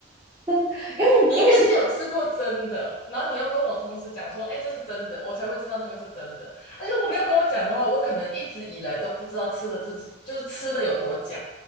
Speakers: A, on the right; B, on the left.
A: 但是因为因为是
B: 你应该是有吃过真的，然后你又跟我同时讲说，哎，这是真的，我才会知道那个是真的。哎，如果没有跟我讲的话，我可能一直以来都不知道吃的自己就是吃的有多假